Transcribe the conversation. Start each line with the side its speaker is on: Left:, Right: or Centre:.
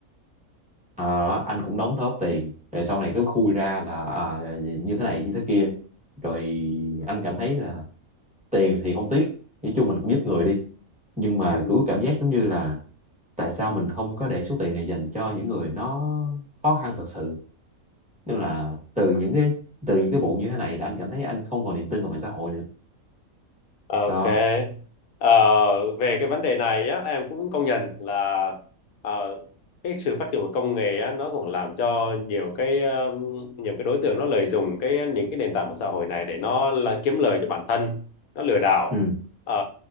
Centre: Ờ, đó, anh cũng đóng góp tiền rồi sau này cứ khui ra là à, là như thế này như thế kia rồi anh cảm thấy là tiền thì không tiếc nói chung mình cũng giúp người đi nhưng mà
Left: ừ
Centre: cứ cảm giác giống như là tại sao mình không có để số tiền này dành cho những người nó khó khăn thật sự nên là từ những cái từ những cái vụ như thế này là anh cảm thấy anh không còn niềm tin vào mạng xã hội nữa
Left: Ok.
Centre: đó
Left: Ờ, về cái vấn đề này á, em cũng công nhận là ờ, cái sự phát triển của công nghệ á, nó cũng làm cho nhiều cái ờ, nhiều cái đối tượng nó lợi dụng cái những cái nền tảng của xã hội này để nó là kiếm lời cho bản thân, nó lừa đảo.
Centre: ừ
Left: Ờ,